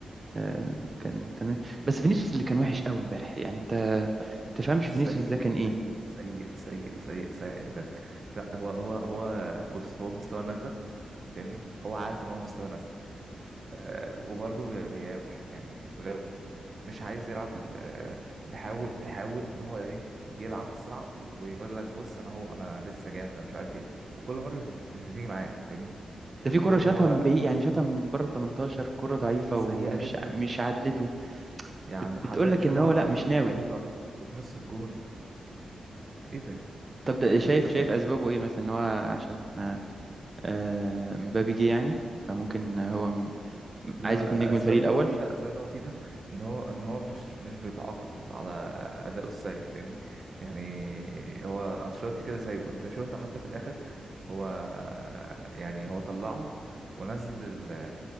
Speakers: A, on the right; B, on the right.
A: آه، كان تمام بس فينيسيوس اللي كان وحش قوي امبارح يعني انت
B: لا فينيسيوس
A: تفهمش فينيسيوس
B: سيء
A: ده كان
B: سيء
A: ايه
B: سيء سيء سيء سيء بجد لا هو هو هو بص هو مستوى نزل فاهمني هو عارف ان هو مستوى نزل أه وبرضه بي- بيقاوح يعني بجد مش عايز يلعب ال- آه، بيحاول بيحاول ان هو ايه يلعب الصعب ويقول لك بص انا هو انا لسه جامد انا مش عارف ايه وكل مره مش مش بتيجي معاه فاهمني
A: ده في كرة
B: هو هو
A: شاطها من بعيد يعني شاطها من بره ال 18 كرة ضعيفة
B: سيئه
A: ومش
B: جدا
A: مش عدلته
B: سيئه جدا يعني
A: بت-
B: حرفيا
A: بتقول لك
B: شاطعه
A: ان هو
B: على
A: لا
B: الارض
A: مش
B: وضعيفه
A: ناوي
B: وفي نص الجون ايه ده
A: طب ده شايف
B: ايه ده
A: شايف
B: بجد
A: اسبابه ايه مثلا ان هو عشان آه، آه، مبابي جه يعني فممكن آه، هو م-
B: لا
A: عايز يكون نجم
B: اسباب
A: الفريق الاول
B: اللي هو فيه ده اسباب اللي هو فيه ده ان هو ان هو مش مش بيتعاقب على اداؤه السيء فاهمني يعني هو انشيلوتي كده سايبه انت شفت حتى في الاخر هو يعني هو طلعه ونزل ال